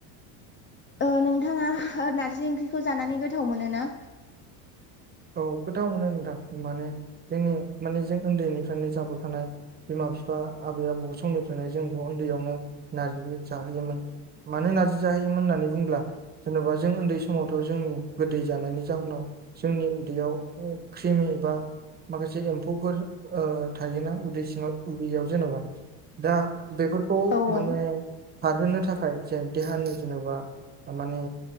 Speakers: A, on the left; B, on the right.
A: ओ नोंथाङा नारजि ओंख्रिखौ जानानै गोथाव मोनो ना
B: औ गौथाव मोनो नोंथां माने जोंनि माने जों उन्दैनिफ्रायनो जाबोखानाय बिमा बिफा आबै आबौ समनिफ्रायनो जोंनो उन्दैयावनो नारजि जाहोयोमोन मानो नारजि जाहोयोमोन होननानै बुंब्ला जेन'बा जों उन्दै समावथ' जोंनि गोदै जानायनि जाहोनाव जोंनि उदैयाव क्रिमि <unintelligible> एबा माखासे एम्फौफोर थायोना उदै सिङाव उदैयाव जेनेबा दा बेफोरखौ
A: औ औ
B: माने खारहोनो थाखाय जे देहानि जेन'बा माने